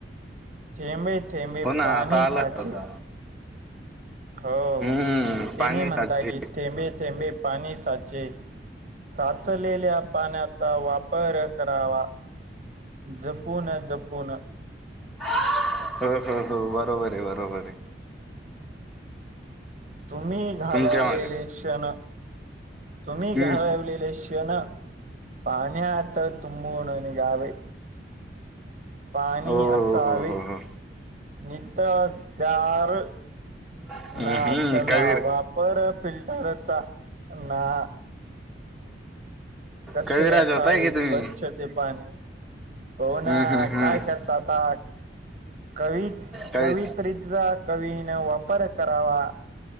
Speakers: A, on the right; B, in the centre.
A: थेंबे थेंबे
B: हो ना
A: पाणी
B: आता आला
A: साचे.
B: होता
A: हो
B: हम्म
A: तेने
B: पाणी
A: म्हणता
B: साचले
A: की थेंबे थेंबे पाणी साचे साचलेल्या पाण्याचा वापर करावा जपून जपूून.
B: <unintelligible> ह ह ह बरोबर आहे बरोबर आहे.
A: तुम्ही घालवलेले
B: तुमच्या मागे
A: क्षण तुम्ही
B: हम्म
A: घालवलेले क्षण क्षण पाण्यात तुंबून निघावे. पाणी
B: हो हो
A: असावे
B: हो हो हो
A: नित चार
B: हम्म
A: नातं
B: हम्म कवीर
A: लावा पर फिल्टरचा ना कसे
B: कविराज
A: असावे
B: होताय की
A: स्वच्छ
B: तुम्ही
A: ते पाणी होना
B: हम्म हम्म हम्म
A: काय कर आता कवी
B: कवी
A: कवित्रीचा कवीन वापर करावा